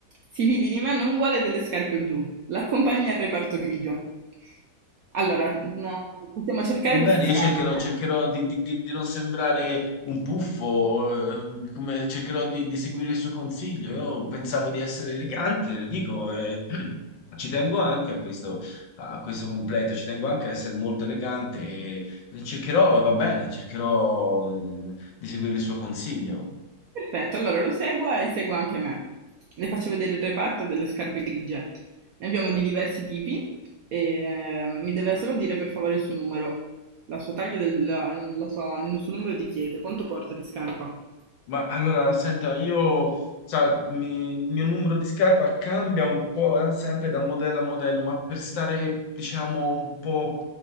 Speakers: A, on the right; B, on the left.
A: Si fidi di me, non vuole delle scarpe blu, l'accompagna al reparto grigio. Allora, no, possiamo cercare
B: Va bene,
A: queste scarpe.
B: io cercherò, cercherò di, di- di- di non sembrare un puffo, eh, come- cercherò di, di seguire il suo consiglio. Io pensavo di essere elegante, le dico, e <clears throat> ci tengo anche a questo, a questo completo, ci tengo anche a essere molto elegante e cercherò, va bene, cercherò eh, di seguire il suo consiglio.
A: Perfetto, allora lo segua e segua anche me. Le faccio vedere il reparto delle scarpe grigie. Ne abbiamo di diversi tipi e eh, mi deve solo dire per favore il suo numero, la sua taglia, del, la- la sua- il suo numero di piede, quanto porta di scarpa.
B: Ma allora, senta, io, sa, mi- il mio numero di scarpa cambia un po', eh, sempre da modello a modello, ma per stare, diciamo, un po'